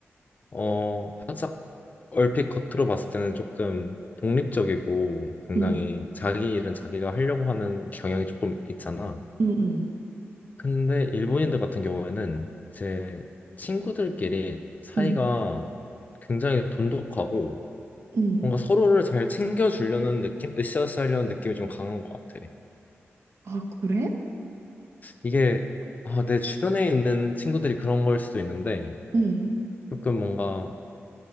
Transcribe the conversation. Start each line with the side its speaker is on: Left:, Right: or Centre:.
Left: 어, 살짝 얼핏 겉으로 봤을 때는 조금 독립적이고, 굉장히
Right: 응,
Left: 자기 일은 자기가 하려고 하는 경향이 조금 있잖아.
Right: 응, 응,
Left: 근데 일본인들 같은 경우에는 이제 친구들끼리 사이가
Right: 응,
Left: 굉장히 돈독하고
Right: 응.
Left: 뭔가
Right: 응.
Left: 서로를 잘 챙겨주려는 느낌, 으쌰으쌰하려는 느낌이 좀 강한 것 같아.
Right: 아, 그래?
Left: 이게 아, 내 주변에 있는 친구들이 그런 걸 수도 있는데
Right: 응,
Left: 조금 뭔가